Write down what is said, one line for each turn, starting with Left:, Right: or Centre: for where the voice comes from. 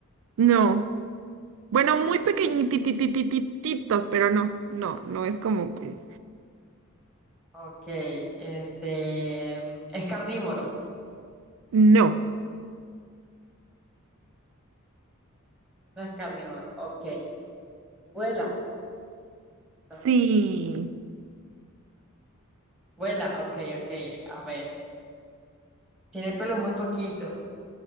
Right: No. Bueno, muy pequeñitititititos, pero no, no, no es como que...
Centre: Ok, este, es carnívoro,
Right: No.
Centre: no es carnívoro. Ok, vuela. No, no
Right: Sí.
Centre: es que- Vuela, ok, ok. A ver, tiene pelo muy poquito.